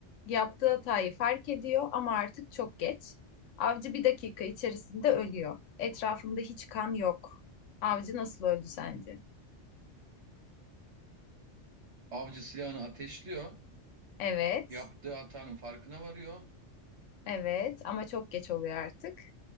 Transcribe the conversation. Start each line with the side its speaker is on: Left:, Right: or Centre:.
Left: yaptığı hatayı fark ediyor ama artık çok geç. Avcı bir dakika içerisinde ölüyor. Etrafında hiç kan yok. Avcı nasıl öldü sence?
Right: Avcı silahını ateşliyor.
Left: Evet,
Right: Yaptığı hatanın farkına varıyor.
Left: evet ama çok geç oluyor artık.